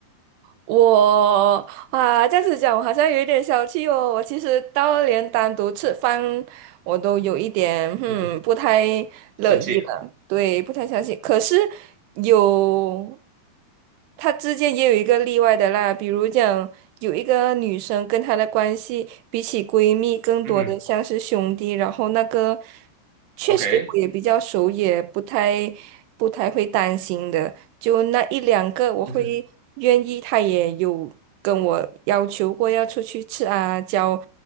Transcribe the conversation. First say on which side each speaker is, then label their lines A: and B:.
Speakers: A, on the right (about 85°); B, on the right (about 40°).
A: 我啊，这样子讲，我好像有一点小气哦。我其实到连单独吃饭，我都有一点，嗯，
B: 嗯哼，
A: 不太乐意了。
B: 生气，
A: 对，不太相信。可是有，他之间也有一个例外的啦，比如讲有一个女生跟她的关系比起闺蜜更多的像是兄弟，
B: 嗯哼
A: 然后那个确实我也比较熟，
B: ，OK，
A: 也不太不太会担心的，就那一两个我会愿意，
B: 嗯哼，
A: 她也有跟我要求过要出去吃啊，交。